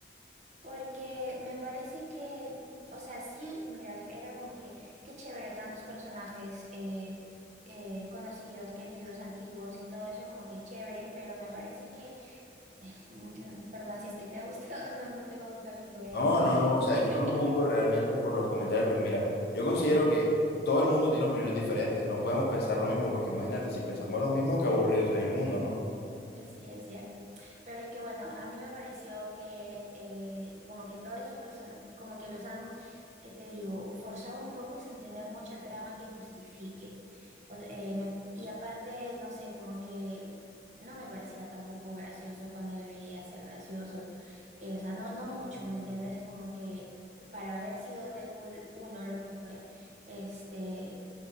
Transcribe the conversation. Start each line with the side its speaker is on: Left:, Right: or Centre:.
Right: Porque me parece que, o sea, sí, mira, era como que, qué chévere, tantos personajes eh, eh, conocidos, queridos, antiguos y todo eso como que chévere, pero me parece que, mm, perdón, si es que te ha gustado, <laughs> no, no te va a gustar lo que voy a
Left: No,
Right: decir.
Left: no, no, o sea,
Right: <laughs>
Left: yo no juzgo realmente por los comentarios,
Right: Ok.
Left: porque mira, yo considero que todo el mundo tiene opiniones diferentes, no podemos pensar lo mismo, porque imagínate, si pensamos lo mismo, qué aburrido sería el mundo, ¿no?
Right: Eh, Sí, es cierto. Pero es que bueno, a mí me pareció que eh, como que todas esas personas, como que los han, que te digo, forzado un poco sin tener mucha trama que justifique. O- eh, me- y aparte, no sé, como que no me parecía tampoco gracioso cuando debería ser gracioso. Eh, o sea, no, no mucho, ¿me entiendes? Como que eh, para haber sido Deadpool uno lo que fue, este